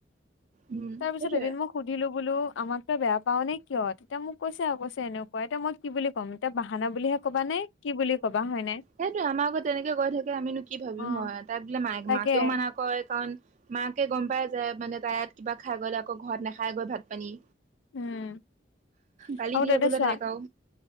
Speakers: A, on the right; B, on the left.
A: উম
B: তাৰ পিছত
A: সেইটোৱে
B: এদিন মোক সুধিলো আমাক তো বেয়া পাও নে কিয় এতিয়া মোক কৈছে আৰু কৈছে এনেকুৱা এতিয়া মই কি বুলি। কম এতিয়া বাহানা বুলিহে ক'বা নে কি বুলি ক'বা হয় ন।
A: সেইটোয়ে আমাৰ আগত তেনেকে কৈ থাকে আমিনো কি ভাবিম
B: অ
A: হয় তাই বোলে
B: তাকে
A: মাকেও মানা কৰেয কাৰণ মাকে গম পায় যে মানে তাই ইয়াত কিবা খাই গ'লে আকৌ ঘৰত নাখাই গৈ ভাত পানী।
B: উম আৰু
A: গালি দিয়ে
B: তেন্তে
A: বোলে
B: চোৱা
A: তাইক আৰু